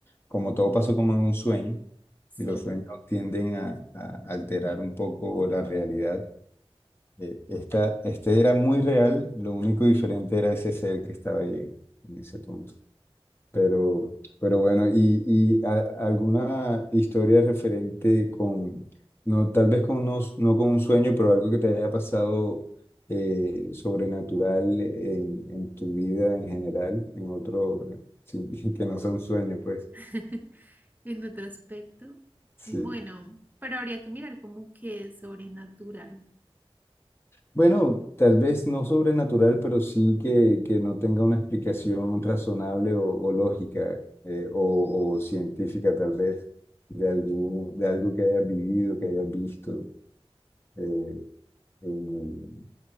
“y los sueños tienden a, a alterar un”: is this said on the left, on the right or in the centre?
Left